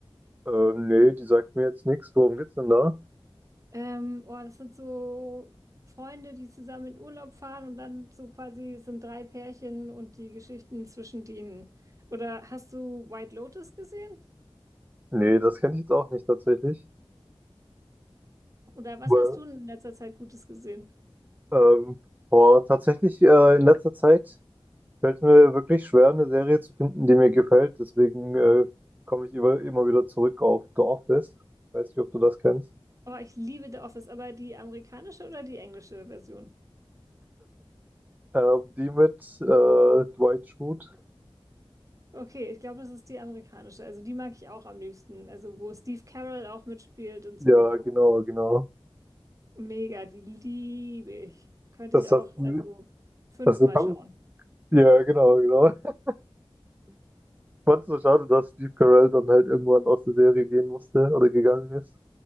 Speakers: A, on the right (about 20°); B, on the right (about 35°).
A: Ähm, nee, die sagt mir jetzt nichts. Worum geht's denn da?
B: Ähm, oh, das sind so Freunde, die zusammen in Urlaub fahren und dann so quasi es sind drei Pärchen und die Geschichten zwischen denen. Oder hast du White Lotus gesehen?
A: Nee, das kenne ich jetzt auch nicht tatsächlich.
B: Oder was
A: Well.
B: hast du in letzter Zeit Gutes gesehen?
A: Ähm, boah, tatsächlich äh, in letzter Zeit Fällt mir wirklich schwer, eine Serie zu finden, die mir gefällt. Deswegen äh, komme ich über, immer wieder zurück auf The Office. Weiß nicht, ob du das kennst.
B: Oh, ich liebe The Office, aber die amerikanische oder die englische Version?
A: Ähm, die mit äh, Dwight Schrute.
B: Okay, ich glaube, das ist die amerikanische. Also die mag ich auch am liebsten. Also wo Steve Carell auch mitspielt und
A: Ja,
B: so.
A: genau, genau.
B: Mega, die liebe ich. Könnte
A: Das
B: ich auch,
A: hast
B: also fünfmal
A: das kam.
B: schauen.
A: Ja, genau, genau. <laughs> Ich fand's so schade, dass Steve Carell dann halt irgendwann aus der Serie gehen musste oder gegangen ist.